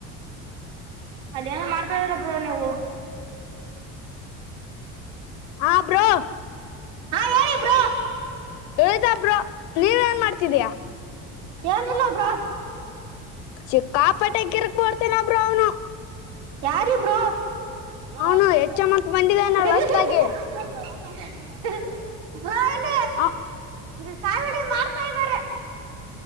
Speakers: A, on the right; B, on the left.
A: ಅಲ್ಲೇನು ಮಾಡ್ತಾ ಇದ್ದೀರಾ ಬ್ರೋ ನೀವು
B: ಹಾ ಬ್ರೋ
A: ಹಾ ಹೇಳಿ ಬ್ರೋ
B: ಹತಬ್ರು ನೀವು ಏನ್ ಮಾಡ್ತಿದೀಯ
A: ಏನಿಲ್ಲ ಬ್ರೋ
B: ಸಿಕ್ಕಾಪಟ್ಟೆ ಕಿರಿಕ್ ಮಾಡ್ತಾವ್ನೆ ಬ್ರೋ ಅವನು
A: ಯಾರಿ ಬ್ರೋ <unintelligible>
B: ಅವನು ಹೆಚ್ಚ ಅಂತ ಬಂದಿದ್ದಾನೆ ಹೊಸ್ತಾಗಿ
A: ಬ್ರೋ ಇಲ್ಲಿ
B: ಹಾ
A: ಈ ಕಾಮಿಡಿ ಮಾಡ್ತಾ ಇದ್ದಾರೆ.